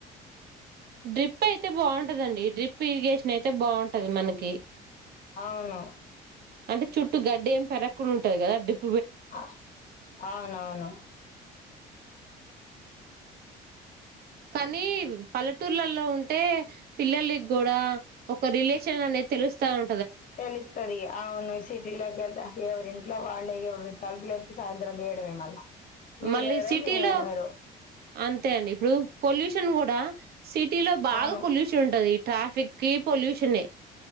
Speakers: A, on the right; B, on the left.
A: డ్రిప్ అయితే బాగుంటదండి డ్రిప్ ఇరిగేషన్ అయితే బాగుంటది మనకి
B: అవును
A: అంటే చుట్టూ గడ్డి ఏమి పెరగకుండా ఉంటది కదా డిప్
B: ఆ అవునవును
A: కానీ పల్లెటూర్లలో ఉంటే పిల్లలకి కూడా ఒ క రిలేషన్ అనేది తెలుస్తా ఉం
B: తెలుస్తది అవును సిటీలోకి వెళ్తా ఎవరింట్లో వాళ్ళు తలుపు లేస్తే సాయంత్రం తీయడమే మల్ల మీరు
A: మళ్ళీ
B: ఎవరో
A: సిటీలో
B: మేము ఎవరో
A: అంతే అండి ఇప్పుడు పొల్యూషన్ కూడా సిటీ లో బాగా
B: అవును.
A: పొల్యూషన్ ఉంటది ట్రాఫిక్ కి పొల్యూషనే